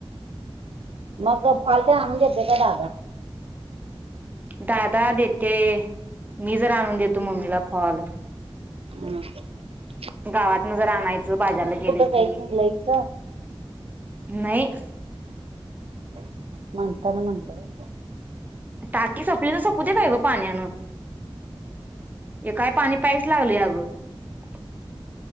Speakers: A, on the right; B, on the right.
A: मग फॉल तीन आणून घदेतोय काय दादा
B: दादा देते मी जर आणून देतो मम्मीला फॉल
A: हो
B: गावातन जर आणायचं बाजारला गेलं
A: कुठं
B: की
A: जाईत नाही लईच
B: नाही
A: म्हणताना म्हणलं
B: टाकी सपली त सपूज खय गो पाण्यान एकाय पाणी पा्यायच लागलं अगं